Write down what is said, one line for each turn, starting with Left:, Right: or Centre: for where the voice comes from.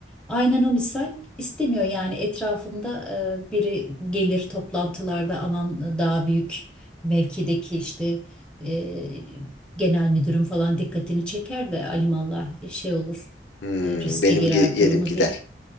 Centre: Aynen o misal İstemiyor yani etrafında e, biri gelir toplantılarda aman daha büyük mevkideki işte e, genel müdürün falan dikkatini çeker de alimallah e, şey olur
Left: Hmm,
Centre: e, riske
Left: benim
Centre: girer
Left: ge- yerim
Centre: durumu
Left: gider.
Centre: diye